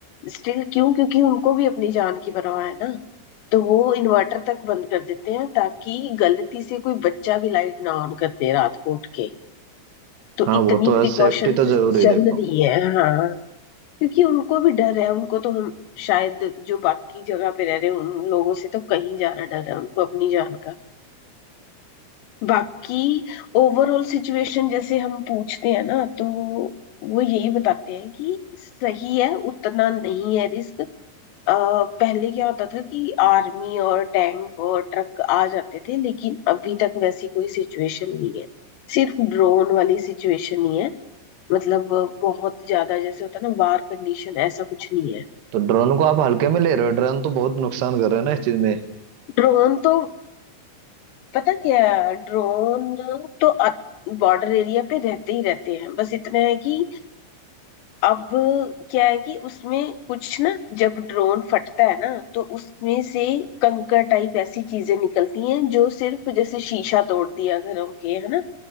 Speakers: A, on the left; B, on the right.
A: स्टिल क्यों क्योंकि उनको भी अपनी जान की परवाह है ना तो वो इन्वर्टर तक बंद कर देते हैं ताकि गलती से कोई बच्चा भी लाइट ना ऑन कर दे रात को उठ के तो
B: हाँ
A: इतनी
B: वो तो है
A: प्रिकॉशंस
B: सेफ्टी तो जरूरी है
A: चल
B: देखो
A: रही है हाँ क्योंकि उनको भी डर है उनको तो हम शायद जो बाकी जगह पे रह रहे हैं उन लोगों से तो कहीं ज्यादा डर है उनको अपनी जान का बाकी ओवरऑल सिचुएशन जैसे हम पूछते हैं ना तो वो यही बताते हैं कि सही है उतना नहीं है रिस्क पहले क्या होता था कि आर्मी और टैंक और ट्रक आ जाते थे लेकिन अभी तक वैसी कोई सिचुएशन नहीं है सिर्फ ड्रोन वाली सिचुएशन ही है मतलब बहुत ज्यादा जैसे होता है ना वार कंडीशन ऐसा कुछ नहीं है
B: तो ड्रोन को आप हल्के में ले रहे हो ड्रोन तो बहुत नुकसान कर रहे हैं ना इस चीज में
A: ड्रोन तो पता क्या है ड्रोन तो बॉर्डर एरिया पे रहते ही रहते हैं बस इतना है कि अब क्या है कि उसमें कुछ ना जब ड्रोन फटता है ना तो उसमें से कंकर टाइप ऐसी चीजें निकलती हैं जो सिर्फ जैसे शीशा तोड़ दिया घरों के है ना